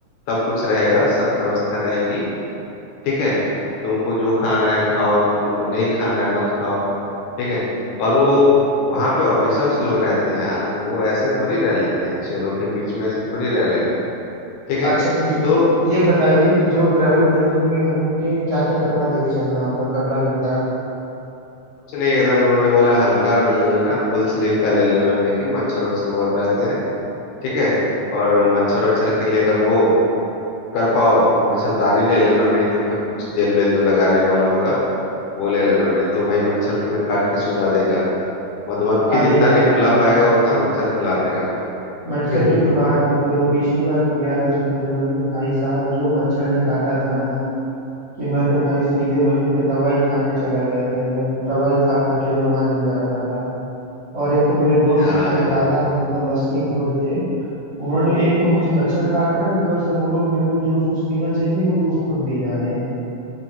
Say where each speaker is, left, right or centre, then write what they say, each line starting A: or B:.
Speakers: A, on the left (about 75°); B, on the right (about 80°).
A: सब कुछ रहेगा सब व्यवस्था रहेगी ठीक है तुमको जो खाना है खाओ तुमको नहीं खाना है मत खाओ ठीक है और वो वहां पे ऑफिसर्स लोग रहते हैं यार वो ऐसे थोड़ी रह लेते हैं शेरों के बीच में ऐसे थोड़ी रह लेंगे ठीक है
B: अच्छा ये
A: तो
B: ये बताइए जो ट्रेवल प्लानिंग में हम लोग के क्या क्या कपड़ा लेके चलना होगा कपड़ा लत्ता
A: कुछ नहीं एकदम उन्होंने बोला हल्का ले लेना फुल स्लीव का ले लेना लेकिन मच्छर वच्छर बहुत रहते हैं ठीक है और मच्छर वच्छर के लिए अगर हो कर पाओ तो मच्छरदानी ले लेना नहीं तो फिर कुछ जेल वेल जो लगाने वाला होगा वो ले लेना नहीं तो भाई मच्छर तुम्हें काट के सुझा देगा मधुमक्खी
B: अरे
A: जितना नहीं
B: यार
A: फुला पाएगा उतना मच्छर फुला देगा
B: मच्छर
A: <laughs>
B: की तो बात मत करो पिछली बार मैं गया था सुंदरबन में भाई साहब जो मच्छर ने काटा था ना कि मैं तो भाई सीधे वहीं पे दवाई खाने चला गया था एकदम दवाई खा खा के मैं वहां जिंदा रहा था और एक तो मेरे दोस्त
A: हाँ
B: इतने
A: यार
B: ज्यादा मतलब मस्तीखोर थे उन्होंने एक तो मुझे मच्छर काट रहा है ऊपर से वो लोग मेरे को जो जूस पीना चाहिए वो जूस खुद पी जा रहे हैं